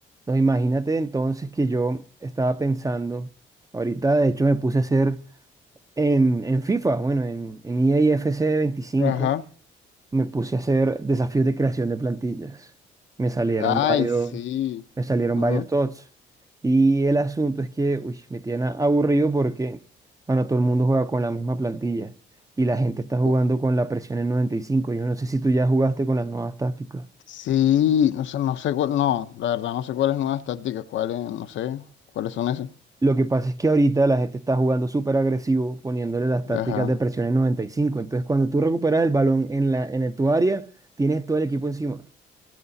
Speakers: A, on the right; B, on the left.
A: No, imagínate entonces que yo estaba pensando, ahorita de hecho me puse a hacer en, en FIFA, bueno, en, en EA FC 25,
B: Ajá.
A: me puse a hacer desafíos de creación de plantillas. Me salieron
B: Ay,
A: varios,
B: sí.
A: me salieron
B: Ujú.
A: varios TOTS. Y el asunto es que, uy, me tiene aburrido porque, bueno, todo el mundo juega con la misma plantilla y la gente está jugando
B: Co-
A: con la presión en noventa y cinco Yo no sé si tú ya jugaste con las nuevas tácticas.
B: Sí, no sé, no sé cuál, no, la verdad no sé cuáles nuevas tácticas, cuáles, no sé, cuáles son esas.
A: Lo que pasa es que ahorita la gente está jugando súper agresivo, poniéndole las tácticas
B: Ajá.
A: de presión en 95. Entonces, cuando tú recuperas el balón en la, en tu área, tienes todo el equipo encima.